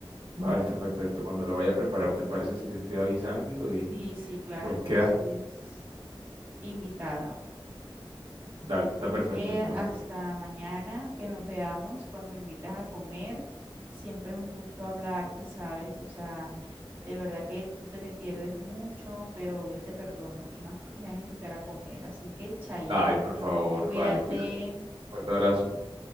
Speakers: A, on the right (about 65°); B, on the right (about 25°).
A: Vale, está perfecto. Cuando la vaya a preparar, ¿te parece si te estoy avisando?
B: Sí,
A: Y,
B: sí, claro,
A: y pues
B: entonces,
A: quedas...
B: invitada.
A: Dale, está
B: Así
A: perfecto.
B: que
A: Entonces...
B: hasta mañana que nos veamos, cuando me invites a comer, siempre es un gusto hablarte, ¿sabes? O sea, de verdad que tú te me pierdes mucho, pero yo te perdono y más porque me vas a invitar a comer. Así que, chaito,
A: Ay, por favor.
B: cuídate.
A: Vale, cuídate. Un fuerte abrazo.